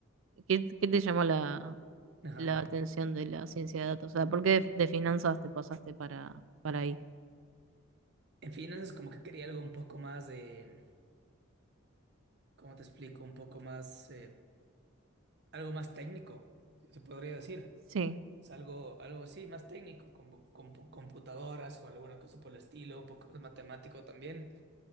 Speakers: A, on the right (about 80°); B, on the right (about 55°).
A: ¿Qué, qué te llamó la,
B: Ajá.
A: la atención de la ciencia de datos? O sea, ¿por qué de, de finanzas te pasaste para, para ahí?
B: En finanzas como que quería algo un poco más de, ¿cómo te explico? Un poco más, eh, algo más técnico, si se podría decir.
A: Sí,
B: Es algo, algo sí, más técnico, como bu- con computadoras o alguna cosa por el estilo, un poco más matemático también,